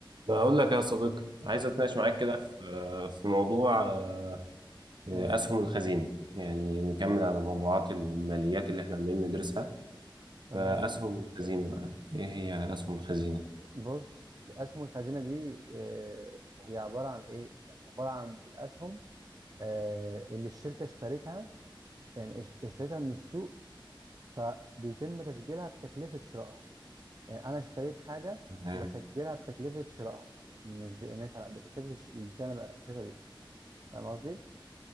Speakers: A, on the right; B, on the right.
A: بقول لك يا صديقي عايز اتناقش
B: إيه غالي
A: معاك كده في في موضوع آه، اسهم
B: امم
A: الخزينه يعني نكمل
B: جدا
A: على موضوعات الماليات اللي احنا عمالين ندرسها
B: تمام
A: فاسهم الخزينه بقى ايه هي اسهم الخزينه
B: بص اسهم الخزينه دي آه، هي عباره عن ايه يعني عباره عن الاسهم آه، اللي الشركه اشترتها يعني اش- اشترتها من السوق فبيتم تسجيلها بتكلفه شرائها يعني انا اشتريت حاجه
A: تمام
B: بسجلها بتكلفه شرائها مش بقيمتها لا بتكلفه الش- الشيء اللي اشتريتها بيه فاهم قصدي؟